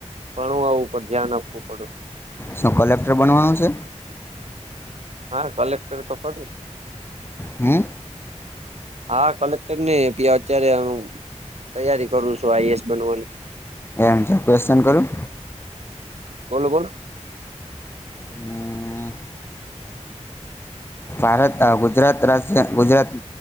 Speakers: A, on the right; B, on the left.
A: ઘણું અ વ ઉપર ધ્યાન આપવું પડ
B: શું કલેક્ટર બનવાનું છે
A: હા કલેક્ટર તો ફડવું
B: હમ.
A: હા કલેક્ટર ને <unintelligible> અત્યારે તૈયારી કરું છું આઈસ બનવાની.
B: એમ છે ક્વેશ્ચન કરું
A: બોલો બોલો.
B: હમ ભારત આ ગુજરાતના ગુજરાત